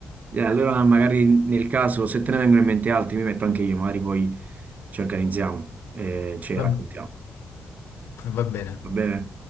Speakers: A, on the right; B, on the left.
A: E allora, magari nel caso, se te ne vengono in mente altri, mi metto anche io, magari poi ci organizziamo e ci raccontiamo.
B: Va, va bene.
A: Va bene?